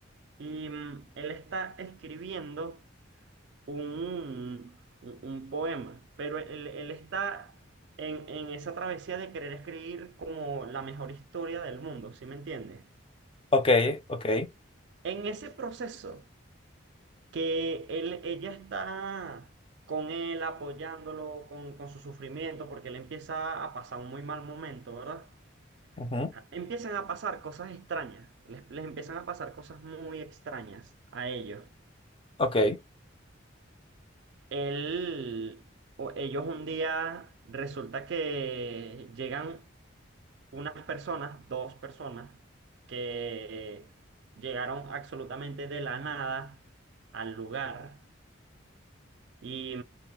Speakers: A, on the right; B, on the left.
A: Y mm, él está escribiendo un, un- un poema, pero él, él está en, en esa travesía de querer escribir como la mejor historia del mundo, ¿sí me entiendes?
B: ok, ok.
A: En ese proceso que él, ella está con él apoyándolo con, con su sufrimiento, porque él empieza a pasar un muy mal momento, ¿verdad?
B: ujú.
A: Ja, Empiezan a pasar cosas extrañas, les, les empiezan a pasar cosas muy extrañas a ellos.
B: Ok.
A: Él, o ellos un día resulta que llegan unas personas, dos personas, que llegaron absolutamente de la nada al lugar Y,